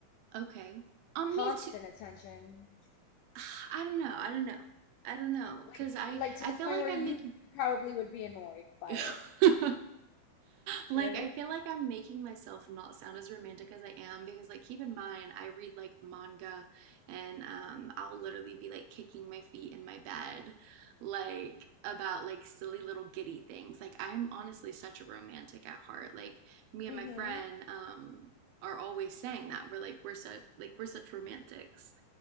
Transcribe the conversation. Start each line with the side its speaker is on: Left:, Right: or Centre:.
Right: Okay. Um,
Left: Constant
Right: me too.
Left: attention.
Right: <sighs> I don't know. I don't know. I don't know.
Left: Like
Right: Cause I
Left: like to
Right: I
Left: the
Right: feel
Left: point
Right: like
Left: where
Right: I'm
Left: you
Right: making
Left: probably would be annoyed by
Right: <laughs>
Left: it,
Right: like
Left: right?
Right: I feel like I'm making myself not sound as romantic as I am because like keep in mind I read like manga and um I'll literally be like kicking my feet in my bed like about like silly little giddy things. Like I'm honestly such a romantic at heart. Like me and
Left: Mm-hmm.
Right: my friend um are always saying that we're like we're such like we're such romantics.